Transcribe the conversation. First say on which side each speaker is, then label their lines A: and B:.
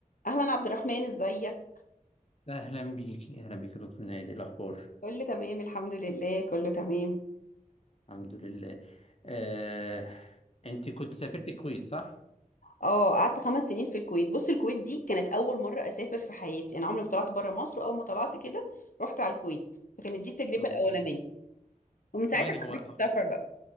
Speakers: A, on the left; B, on the left.
A: اهلا عبد الرحمن ازيك
B: أهلا بيكي أهلا بيكي يا دكتور نهاد إيه الأخبار
A: كله تمام الحمد لله كله تمام
B: الحمد لله آه، أنت كنت سافرت الكويت صح؟
A: اه قعدت خمس سنين في الكويت بص الكويت دي كانت اول مره اسافر في حياتي انا عمري ما طلعت بره مصر اول ما طلعت كده رحت على الكويت فكانت دي التجربه
B: أوكي
A: الاولانيه ومن ساعتها
B: ثواني هو
A: حبيت
B: هو
A: السفر بقى